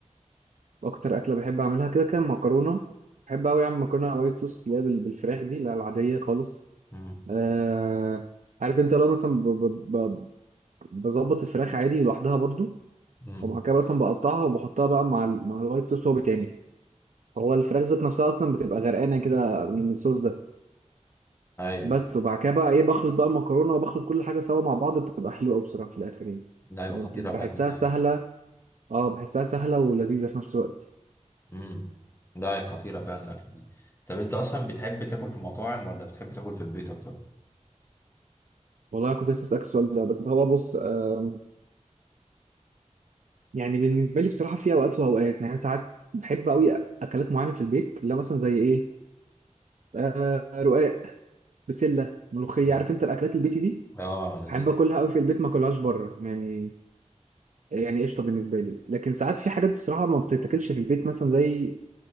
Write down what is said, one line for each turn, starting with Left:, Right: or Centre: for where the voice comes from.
Right: اكتر اكله بحب اعملها كده كان مكرونه بحب قوي اعمل مكرونه وايت صوص اللي هي بال- بالفراخ دي لا العاديه خالص
Left: امم
Right: آه عارف انت لو مثلا ب- ب- ب- بظبط الفراخ عادي لوحدها برضو
Left: امم
Right: ومع كده مثلا بقطعها وبحطها بقى مع ال- مع الوايت صوص هو بتعمل هو الفراخ ذات نفسها اصلا بتبقى غرقانه كده من الصوص ده
Left: ايوه
Right: بس وبعد كده بقى ايه بخلط بقى المكرونه وبخلط كل حاجه سوا مع بعض بتبقى حلوه قوي بصراحه في الاخر يعني
Left: ايوه
Right: يعني
Left: خطيره
Right: بت- بحسها
Left: الاكل دي
Right: سهله اه بحسها سهله ولذيذه في نفس الوقت
Left: امم ده هي خطيرة فعلا الأكلة دي طب أنت أصلا بتحب تاكل في مطاعم ولا بتحب تاكل في البيت أكتر؟
Right: والله كنت لسه اسالك السؤال ده بس هو بص آم، يعني بالنسبه لي بصراحه في اوقات واوقات يعني أنا ساعات بحب قوي اكلات معينه في البيت اللي هي مثلا زي ايه آه رقاق بسله ملوخيه
Left: مم.
Right: عارف انت الاكلات البيتي دي
Left: آه لذيذ
Right: بحب اكلها قوي في البيت ما اكلهاش بره يعني يعني قشطه بالنسبه لي لكن ساعات في حاجات بصراحه ما بتتاكلش في البيت مثلا زي